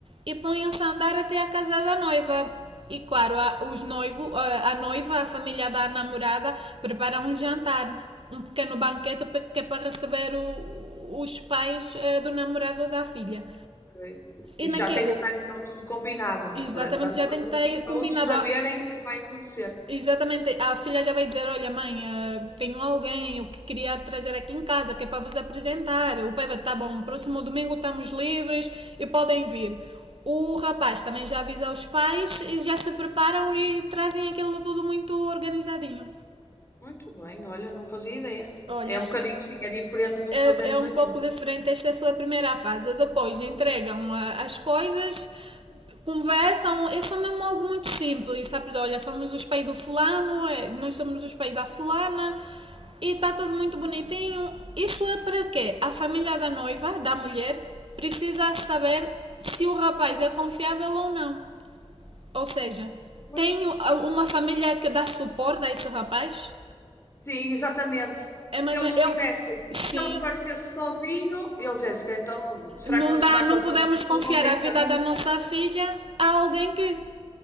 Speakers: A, on the right; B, on the left.
A: e põem-se a andar até a casa da noiva. E claro, a, os noivo, a, a noiva, a família da namorada prepara um jantar, um pequeno banquete pe- que é para receber o- os pais eh, do namorado ou da filha.
B: ok. E
A: E naquilo,
B: já tem que estar então tudo combinado,
A: exatamente,
B: para, tanto
A: já
B: para
A: tem
B: uns
A: que ter
B: como para
A: combinado.
B: outros saberem o que vai acontecer.
A: Exatamente, a filha já vai dizer: Olha, mãe, eh, tenho alguém eu que queria trazer aqui em casa que é para vos apresentar. O pai vai: Tá bom, próximo domingo estamos livres e podem vir. O rapaz também já avisa os pais e já se preparam e trazem aquilo tudo muito organizadinho.
B: Muito bem, olha, não fazia ideia.
A: Olha,
B: É
A: acho
B: um bocadinho,
A: que
B: sim, é diferente do
A: é,
B: que fazemos
A: é um
B: aqui.
A: pouco diferente. Esta é a sua primeira fase. Depois entregam ah, as coisas, conversam. É só mesmo algo muito simples, sabes? Olha, somos os pais do fulano, é, nós somos os pais da fulana. E está tudo muito bonitinho. Isso é para quê? A família da noiva, da mulher, precisa saber se o rapaz é confiável ou não. Ou seja,
B: Pois.
A: tenho uma família que dá suporte a esse rapaz?
B: Sim, exatamente.
A: É mais
B: Se ele
A: ou
B: não
A: menos. Eu,
B: tivesse, se
A: sim,
B: ele aparecesse sozinho, ele Jéssica, então não- será
A: Não
B: que não
A: dá,
B: se dá
A: não
B: com a família?
A: podemos confiar
B: Ou não tem
A: a vida
B: família?
A: da nossa filha a alguém que